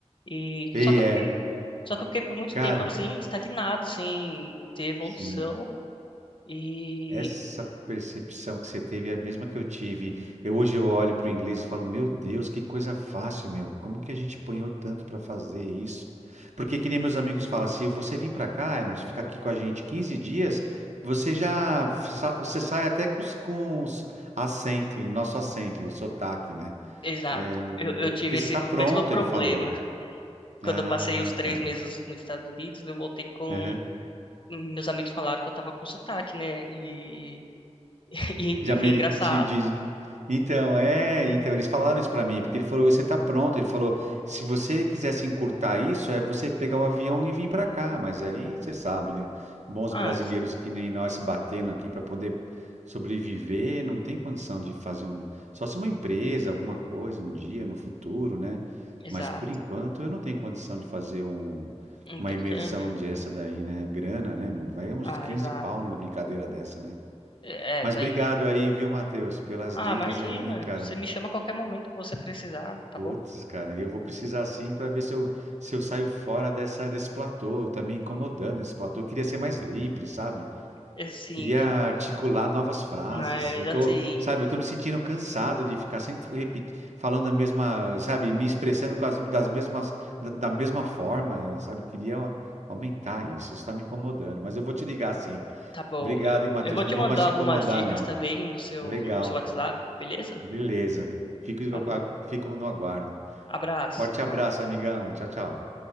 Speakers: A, on the left (about 45°); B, on the right (about 75°).
A: E
B: E
A: só que
B: é.
A: eu fiquei, só que eu fiquei por muito
B: Cara.
A: tempo assim, estagnado, sem ter evolução.
B: Sim,
A: E
B: essa percepção que você teve é a mesma que eu tive. Eu hoje eu olho para o inglês e falo, meu Deus, que coisa fácil, meu. Como que a gente apanhou tanto para fazer isso? Porque que nem meus amigos falam, se você vir para cá, Emerson, ficar aqui com a gente 15 dias, você já sa- você sai até com, os- com os acento, o nosso acento, o sotaque, né?
A: exato,
B: É,
A: eu, eu
B: é porque
A: tive
B: você
A: esse
B: está pronto,
A: mesmo problema.
B: ele falou.
A: <laughs> Quando
B: Ah,
A: eu passei os três
B: tá.
A: meses nos Estados Unidos, eu voltei com
B: Uhum.
A: meus amigos falaram que eu tava com sotaque, né? E, <laughs> e
B: De Ameri...
A: enfim, engraçado.
B: de... de- Então, é, então, eles falaram isso pra mim, porque ele falou, você tá pronto. Ele falou, se você quisesse encurtar isso, é você pegar o avião e vir pra cá. Mas aí você sabe, né? Bons
A: Ah,
B: brasileiros
A: se-
B: que nem nós se batendo aqui pra poder sobreviver, não tem condição de fazer um. Só se uma empresa, alguma coisa, um dia no futuro, né?
A: exato.
B: Mas por enquanto eu não tenho condição de fazer um...
A: Intercâmbio.
B: uma imersão dessa daí, né? Grana, né, meu? Vai uns
A: Ah,
B: 15
A: exato.
B: pau numa brincadeira dessa, né?
A: É, é,
B: Mas
A: vai.
B: obrigado aí, viu, Matheus, pelas
A: Ah,
B: dicas
A: imagina.
B: aí, hein, cara.
A: Você me chama a qualquer momento que você precisar, tá
B: Putz,
A: bom?
B: cara, eu vou precisar sim para ver se eu, se eu saio fora dessa, desse platô. Tá me incomodando esse platô. Eu queria ser mais livre, sabe?
A: Assim,
B: Queria articular novas frases.
A: mas
B: Eu
A: assim,
B: tô, sabe, eu tô me sentindo cansado de ficar sempre repetindo, falando a mesma, sabe, me expressando com as, das mesmas, da, da mesma forma, eh, sabe? Eu queria a- aumentar isso. Isso tá me incomodando. Mas eu vou te ligar sim.
A: tá bom.
B: Obrigado,
A: Eu,
B: hein, Matheus.
A: eu vou
B: Não
A: te
B: vou
A: mandar
B: mais te
A: algumas
B: incomodar,
A: dicas
B: não.
A: também no seu,
B: Legal.
A: no seu WhatsApp, beleza?
B: Beleza. Fico,
A: Tá bom.
B: fico no aguardo.
A: Abraço,
B: Forte
A: até
B: abraço,
A: mais.
B: amigão. Tchau, tchau.